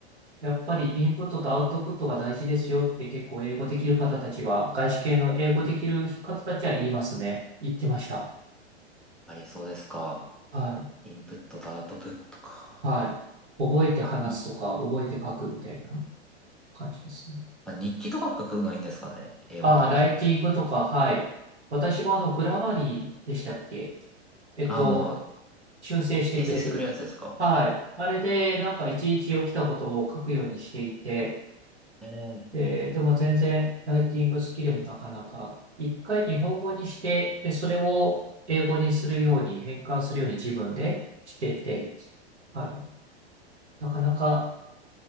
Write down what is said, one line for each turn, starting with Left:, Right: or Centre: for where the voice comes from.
Right: やっぱりインプットとアウトプットが大事ですよって結構英語できる方たちは、外資系の英語できる方たちは言いますね。言ってました。
Centre: ぱりそうですか。
Right: はい。
Centre: インプットとアウトプットか。
Right: はい。覚えて話すとか、
Centre: 他に
Right: 覚えて書くみたいな感じですね。
Centre: あ、日記とか書くのいいんですかね英語とかで。
Right: ああ、ライティングとか、はい。私もあの、グラマリーでしたっけえっと、
Centre: あの、
Right: 修正してくれる。
Centre: 訂正してくれるやつですか
Right: はい。あれで、なんかいちいち起きたことを書くようにしていて、
Centre: ええ。
Right: で、でも全然ライティング好きでもなかなか、一回日本語にして、で、それを英語にするように、変換するように自分でしてて、はい。なかなか